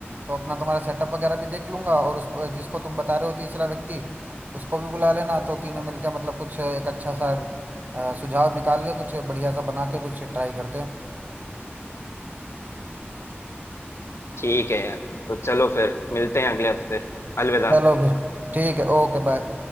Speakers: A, on the right; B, on the left.
A: तो अपना तुम्हारा सेटअप वगैरह भी देख लूंगा और उस जिसको तुम बता रहे हो तीसरा व्यक्ति उसको भी बुला लेना तो तीनों मिलकर मतलब कुछ एक अच्छा सा अ, सुझाव निकाल के कुछ बढ़िया सा बना के कुछ ट्राई करते हैं
B: ठीक है यार तो चलो फिर मिलते हैं अगले हफ्ते अलविदा
A: चलो फिर ठीक है ओके बाय